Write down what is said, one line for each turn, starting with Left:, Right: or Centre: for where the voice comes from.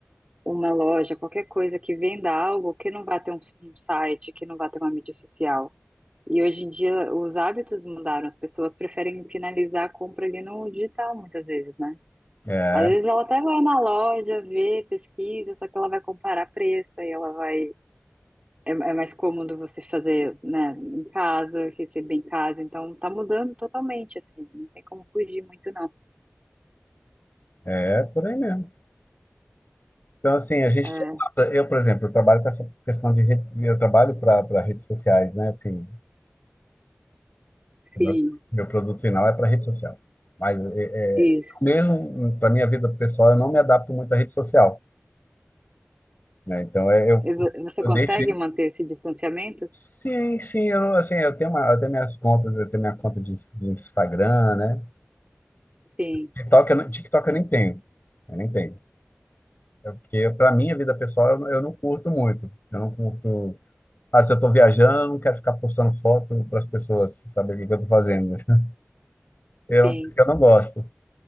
Right: uma loja, qualquer coisa que venda algo que não vai ter um, um site, que não vai ter uma mídia social. E hoje em dia os hábitos mudaram, as pessoas preferem finalizar a compra ali no digital muitas vezes, né?
Left: É,
Right: Às vezes ela até vai na loja, vê, pesquisa, só que ela vai comparar preço, aí ela vai É, é mais cômodo você fazer, né, em casa, receber em casa, então tá mudando totalmente, assim, não tem como fugir muito, não.
Left: é por aí mesmo. Então, assim, a gente
Right: É,
Left: se adapta. Eu, por exemplo, eu trabalho com essa questão de redes, eu trabalho para redes sociais, né? Assim, o
Right: sim,
Left: meu, meu produto final é para rede social. Mas é,
Right: isso.
Left: é, mesmo para minha vida pessoal, eu não me adapto muito à rede social, né? Então, é, eu,
Right: E vo- Você
Left: eu
Right: consegue
Left: deixo isso.
Right: manter esse distanciamento?
Left: Sim, sim, eu, assim, eu tenho uma, eu tenho minhas contas, eu tenho minha conta de, de Instagram, né?
Right: Sim,
Left: TikTok eu, não- TikTok eu nem tenho, eu nem tenho. É porque para minha vida pessoal eu, não- eu não curto muito. Eu não curto Ah, se eu estou viajando, eu não quero ficar postando foto para as pessoas saberem o que eu estou fazendo. né? É
Right: sim,
Left: uma coisa que eu não gosto.